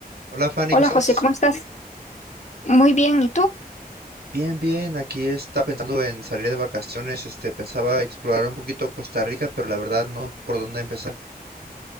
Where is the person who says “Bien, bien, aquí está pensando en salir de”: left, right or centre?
Right